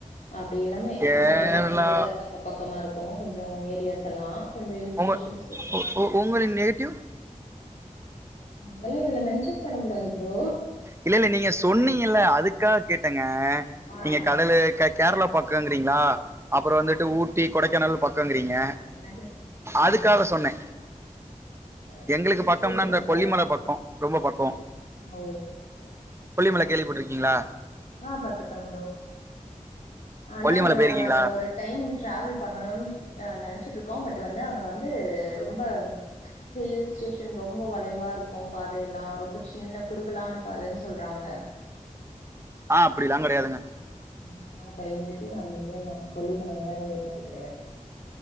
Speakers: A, on the left; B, on the right.
A: அப்டி எல்லாமே
B: கேரளா
A: கொடைக்கானல் இதெல்லா பக்கொ பக்கமா இருக்கு கொஞ்சொ ஏரியாஸ் எல்லா கொஞ்சோ ஹில் ஸ்டேஷன்ஸ்
B: உங்க உங்களின் நேட்டிவ்
A: அதெல்லா இதுல மென்ஷன் பண்ண கூடாது ப்ரோ
B: இல்ல இல்ல நீங்க சொன்னீங்கல்ல அதுக்காக கேட்டெங்க
A: ஆ
B: நீங்க
A: அது
B: கடலு கேரளா பக்கங்கிறீங்களா அப்பறொ
A: ஆமா
B: வந்துட்டு
A: ப்ரோ
B: ஊட்டி கொடைக்கானல் பக்கங்கிறீங்க
A: ஆ எல்லாமே பக்கம் பக்கமா
B: அதுக்காக
A: தா இருக்கு
B: சொன்னே
A: அந்த
B: எங்களுக்கு
A: ஹில்
B: பக்கம்னா
A: ஸ்டேஷன்ஸ்
B: இந்த கொல்லிமல
A: எல்லா
B: பக்கொ ரொம்ப பக்கொ
A: ஓ
B: கொல்லிமல கேள்வி
A: ஓகே
B: பட்ருக்கீங்களா
A: ஆ பட்ருக்கே ப்ரோ ஆனா
B: கொல்லிமலை
A: அங்க
B: போயிருக்கீங்களா
A: நாங்க ஒரு டைம் டிராவல் பண்ணணுன் நெனச்சிட்டு இருக்கோ பட் வந்து அங்க வந்து ரொம்ப ஹில்ஸ் ஸ்டேஷன் ரொம்ப வளைவா இருக்கு பாதையல்லா ரொம்ப சின்ன குறுகலான பாதன்னு சொல்றாங்க
B: ஆ அப்புடிலா கெடையாதுங்க
A: அ அதுனால பயந்துட்டு நாங்க இன்னிவர நாங் கொல்லிமலையல்லா ஏறுணது கெடையாது